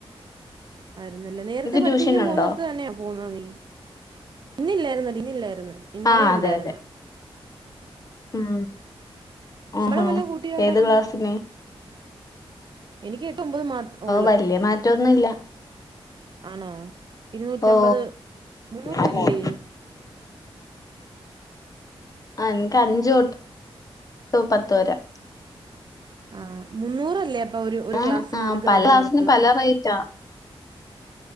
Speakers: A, on the right; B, on the left.
A: ആയിരുന്നല്ലേ നേരത്തെ പഠിപ്പിക്കാൻ
B: ട്യൂഷനുണ്ടോ
A: പോുന്നിടത്ത് തന്നെയാ പോന്നത് നീ ഇന്നില്ലായിരുന്നഡി ഇന്നില്ലായിരുന്നു ഇന്നലെ
B: ആഹ് അതെ
A: ഉണ്ടായിരുന്നു
B: അതെ ഉം
A: ശമ്പളം
B: ആ ഹാ
A: വല്ല കൂട്ടിയോ അവിടെ
B: ഏത്
A: അപ്പം?
B: ക്ലാസിന്
A: എനിക്ക് ഒമ്പത് മാത്രം ഉള്ള
B: വല്യ മാറ്റൊന്നുല്ല
A: ആണോ ഇരുന്നൂറ്റമ്പത്
B: ഓ
A: മൂന്നുറില്ലേ
B: ആഹ് ആ എനിക്ക് അഞ്ചു തൊട്ട് പത്ത് വരെ
A: ആ മുന്നൂറല്ലേ ഒരു ഒരു
B: ആഹ്
A: ക്ലാസ്സിന്
B: ആഹ്
A: നിനക്ക്
B: പല
A: തരുന്നത്
B: ക്ലാസ്സിന് പല റേറ്റാ